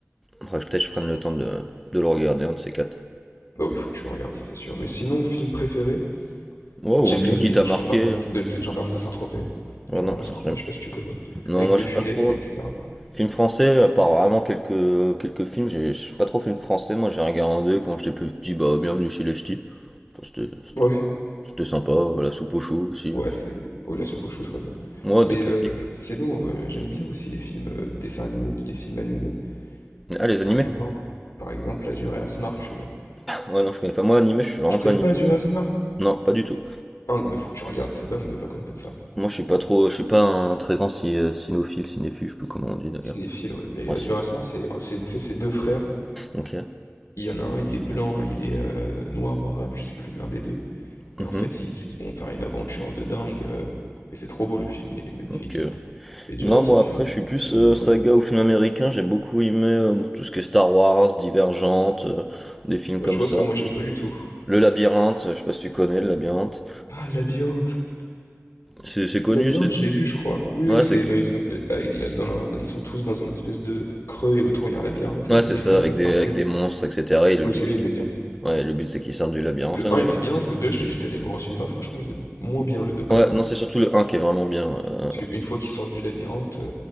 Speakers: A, in the centre; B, on the left.
A: Faudrait peut-être que je prenne le temps de, de le regarder, un de ces quatre.
B: Bah oui, faut que tu le regardes, ça, c'est sûr. Mais sinon, film préféré,
A: Ouais, ou
B: j'aime
A: un film
B: bien les
A: qui t'a
B: gendarmes,
A: marqué.
B: à Saint- de, les gendarmes de Saint-Tropez. Les
A: Ouais,
B: Gendarmes
A: non, ça,
B: à Saint-Tropez,
A: j'aime.
B: je sais pas si tu connais.
A: Non,
B: Avec
A: moi
B: De
A: je
B: Funès
A: suis pas trop.
B: et etc.
A: Film français, à part vraiment quelques, quelques films, j'ai- je suis pas trop film français. Moi j'ai regardé quand j'étais plus petit, bah bienvenue chez les ch'tis. Bon, C'était c'était-
B: Ouais.
A: c'était sympa, la soupe au chou aussi.
B: Ouais, c'est. Oui, la soupe au chou, très bien.
A: Moi,
B: Mais
A: des classiques.
B: euh, sinon, euh, j'aime bien aussi les films euh, dessins animés, les films animés.
A: Ah, les animés?
B: Par exemple, par exemple, Azur et Asmar, tu vois.
A: Ouais, non, je connais pas. Moi, animé, je suis vraiment
B: Tu
A: pas
B: connais
A: animé.
B: pas Azur et Asmar?
A: Non, pas du tout.
B: Hein, mais faut que tu regardes, c'est dingue de pas connaître ça.
A: Moi, je suis pas trop, je suis pas un très grand ci- euh, cinéphile, cinéphile, je sais plus comment on dit d'ailleurs.
B: Cinéphile, ouais. Mais
A: Ouais,
B: Azur
A: ciné.
B: et Asmar, c'est c'est tu sais, c'est deux frères.
A: Ok.
B: Il y en a un, il est blanc, un, il est euh, noir ou arabe, je sais plus, mais un des deux. Et
A: Mhm.
B: en fait, ils, ils vont faire une aventure de dingue. euh, mais c'est trop beau le film, il est magnifique.
A: Ok.
B: Et j'adore
A: Non, moi
B: ce film,
A: après, je suis
B: c'est
A: plus
B: sûrement
A: euh,
B: mon préféré.
A: saga ou film américain. J'ai beaucoup aimé euh, tout ce qui est Star Wars, Divergente, euh, des films
B: Bah,
A: comme
B: tu vois,
A: ça.
B: ça, moi, j'aime pas du tout.
A: Le Labyrinthe, euh, je sais pas si tu connais le Labyrinthe.
B: Ah, Labyrinthe!
A: C'est c'est connu,
B: Labyrinthe,
A: c'est.
B: je l'ai vu, je crois. Oui,
A: Ouais,
B: oui, c'est
A: c'est
B: dans, ils sont, ah, il a- dans leur- ils sont tous dans un espèce de creux et autour il y a un labyrinthe
A: ouais,
B: et des
A: c'est ça,
B: fois ils
A: avec
B: peuvent
A: des,
B: partir.
A: avec des monstres, etc. Et le
B: Oui,
A: but,
B: celui-là
A: c'est
B: était bien.
A: ouais, le but, c'est qu'ils sortent du labyrinthe,
B: Le
A: hein,
B: un
A: dans
B: était
A: lui.
B: bien, le 2 j'ai- j'étais allé le voir au cinéma, franchement, c'est moins bien le 2 quand
A: Ouais,
B: même.
A: non,
B: hein.
A: c'est surtout le un qui est vraiment bien. euh,
B: Parce qu'une fois qu'ils sortent du labyrinthe, euh,